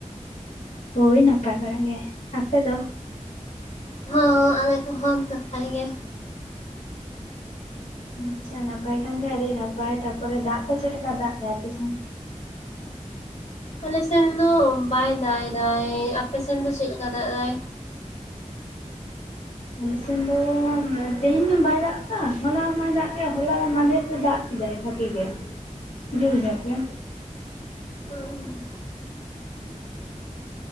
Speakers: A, on the left (about 80°); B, on the left (about 60°).
A: ᱦᱳᱭ ᱱᱟᱯᱟᱭ ᱵᱟᱲᱟ ᱜᱮ ᱟᱯᱮ ᱫᱚ
B: ᱦᱚᱸ ᱟᱞᱮ ᱠᱚᱦᱚᱸ ᱱᱟᱯᱟᱭ ᱜᱮ
A: ᱟᱪᱪᱷᱟ ᱱᱟᱯᱟᱭ ᱠᱷᱟᱱ ᱜᱮ ᱟᱹᱰᱤ ᱱᱟᱯᱟᱭ ᱛᱟᱯᱚᱨᱮ ᱫᱟᱜ ᱠᱚ ᱪᱮᱫ ᱞᱮᱠᱟ ᱫᱟᱜ ᱫᱟᱭ ᱟᱯᱮᱥᱮᱫ?
B: ᱟᱞᱮᱥᱱ ᱫᱚ ᱵᱟᱭ ᱫᱟᱜ ᱫᱟᱭ ᱟᱯᱮᱥᱮᱱ ᱫᱚ ᱪᱮᱫᱞᱮᱠᱟ ᱫᱟᱜ ᱫᱟᱭ
A: ᱟᱞᱮᱥᱤᱱ ᱫᱚ ᱛᱮᱦᱮᱧ ᱢᱟ ᱵᱟᱭ ᱫᱟᱜ ᱠᱟᱜᱼᱟ ᱦᱚᱞᱟ ᱢᱟᱭ ᱫᱟᱜ ᱠᱮᱫ ᱦᱚᱞᱟ ᱢᱟᱫᱷᱮᱨ ᱜᱮ ᱫᱟᱜ ᱠᱮᱫᱟᱭ ᱵᱷᱟᱜᱮ ᱜᱮ ᱡᱳᱨ ᱧᱚᱜ ᱜᱮ
B: ᱦᱳᱭ
A: <inaudible>